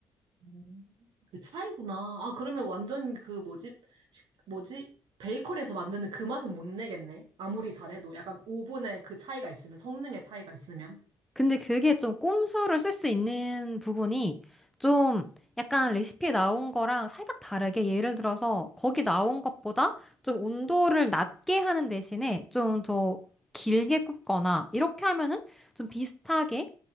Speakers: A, on the right (about 65°); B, in the centre.
A: 음, 그 차이구나. 아, 그러면 완전 그 뭐지? 식- 뭐지? 베이커리에서 만드는 그 맛은 못 내겠네. 아무리 잘해도. 약간 오븐의 그 차이가 있으면, 성능의 차이가 있으면.
B: 근데 그게 좀 꼼수를 쓸 수 있는 부분이 좀 약간 레시피에 나온 거랑 살짝 다르게 예를 들어서 거기 나온 것보다 좀 온도를 낮게 하는 대신에 좀 더 길게 굽거나 이렇게 하면은 좀 비슷하게